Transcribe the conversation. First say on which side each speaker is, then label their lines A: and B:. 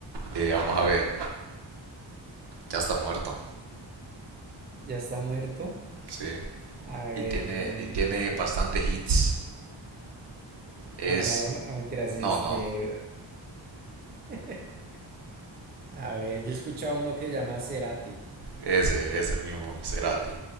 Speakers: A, on the right; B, on the right.
A: Eh, vamos a ver, ya está muerto,
B: ya está muerto.
A: sí.
B: A ver,
A: Y tiene,
B: mm,
A: y tiene bastante hits. Es,
B: Maradona, no mentiras, este.
A: no, no,
B: <laughs> A ver, yo he escuchado uno que llama Cerati.
A: ese, ese mismo, Cerati.